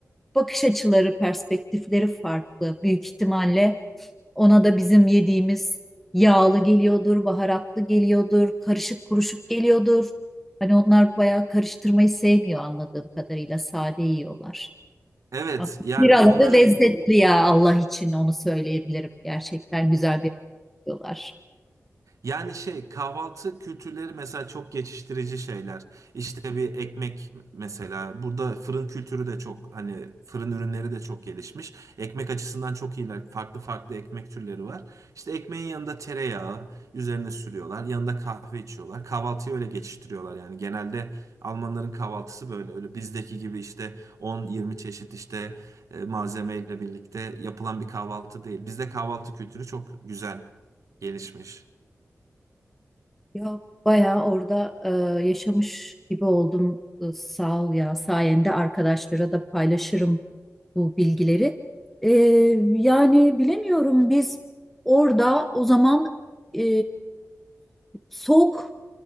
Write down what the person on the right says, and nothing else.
Evet
yani
onlar
özel.
Yani şey kahvaltı kültürleri mesela çok geçiştirici şeyler. İşte bir ekmek mesela burada fırın kültürü de çok hani fırın ürünleri de çok gelişmiş. Ekmek açısından çok iyiler. Farklı farklı ekmek türleri var. İşte ekmeğin yanında tereyağı üzerine sürüyorlar. Yanında kahve içiyorlar. Kahvaltıyı öyle geçiştiriyorlar yani. Genelde Almanların kahvaltısı böyle. Öyle bizdeki gibi işte 10-20 çeşit işte e, malzemeyle birlikte yapılan bir kahvaltı değil. Bizde kahvaltı kültürü çok güzel gelişmiş.